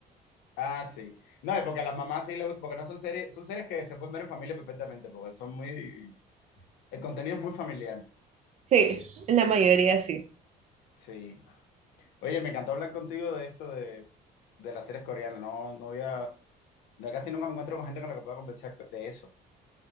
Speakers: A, on the left; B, on the right.
A: Ah, sí. No, y porque a las mamás sí les gusta, porque no son series, son series que se pueden ver en familia perfectamente, porque son muy, el contenido es muy familiar.
B: Sí, en la mayoría sí.
A: Sí. Oye, me encantó hablar contigo de esto de, de las series coreanas. No, no había No, casi nunca me encuentro con gente con la que pueda conversar co- de eso.